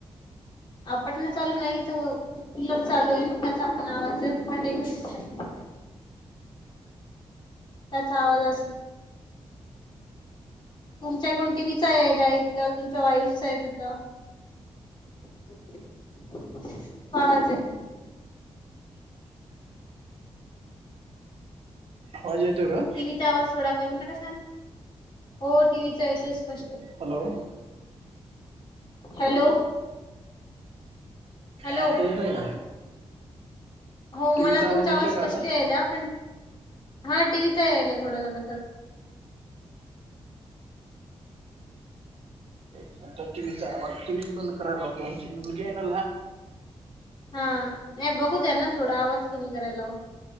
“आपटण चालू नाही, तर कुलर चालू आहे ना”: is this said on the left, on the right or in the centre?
Left